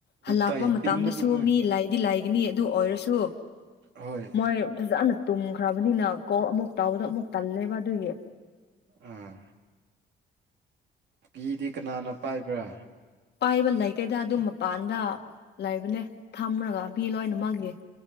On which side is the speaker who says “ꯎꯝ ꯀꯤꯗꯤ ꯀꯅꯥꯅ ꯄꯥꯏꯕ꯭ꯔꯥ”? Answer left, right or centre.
Right